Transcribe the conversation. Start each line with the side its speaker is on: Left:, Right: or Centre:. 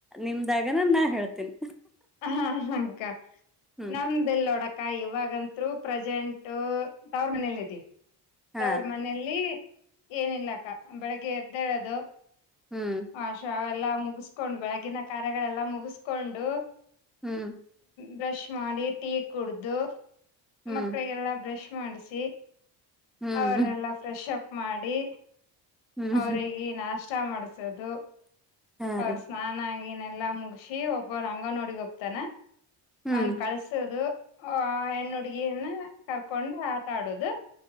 Centre: ನಿಮ್ಡಗೇನ ನಾನ್ ಹೇಳ್ತೀನಿ
Left: ಅಲ್ಲ ಅಲ್ಲಕ್ಕ
Centre: ಹ್ಮ್
Left: ನಮ್ಮ ಬಾಲಿನೊಡಕ್ಕ ಇವಗಂತೂ ಥ್ರೂ ಪ್ರಸೆಂಟು ತೋರ ಮನೇಲಿದೀವಿ
Centre: ಹಾ
Left: ತೋರಮನೇಲಿ ಏನಿಲ್ಲಾ ಅಕ್ಕ ಬೆಳಗ್ಗೆ ಎದ್ದೇಳದು
Centre: ಹ್ಮ್
Left: ಆಶಾವಾ ಎಲ್ಲಾ ಮುಗಿಸ್ಕೊಂಡ್ ಬೆಳಗಿನ ಕಾರ್ಯಗಳೆಲ್ಲ ಮುಗಿಸ್ಕೊಂಡು
Centre: ಹೂಂ
Left: ಬ್ರಷ್ ಮಾಡಿ ಟೀ ಕುಡ್ದು
Centre: ಹ್ಮ್
Left: ಮಕ್ಕಳಿಗೆಲ್ಲ ಬ್ರಶ್ ಮಾಡ್ಸಿ
Centre: ಹ್ಮ್
Left: ಅವರೆಲ್ಲಾ
Centre: ಹ್ಮ್
Left: ಫ್ರೆಶ್ ಮಾಡಿ
Centre: ಹ್ಮ್
Left: ಅವರಿಗೆ ನಸ್ಟ ಚಾ ಮಾಡ್ತಾ ಇದ್ದು.
Centre: ಹಾ
Left: ಅ
Centre: ರೀ
Left: ಸ್ಥಾನಾ ಗಿ ಎಲ್ಲಾ ಮುಗಸಿ ಒಬ್ಬವನ ಅಂಗನವಾಡಿಗೆ ಹೋಗತಾನ.
Centre: ಹ್ಮ್
Left: ಅವನ ಕಳಸುದು. ಆ ಹೆಣ್ ಹುಡ್ಗೀರ್ನ ಕರ್ಕೊಂಡು ಆಟ ಆಡೋದು.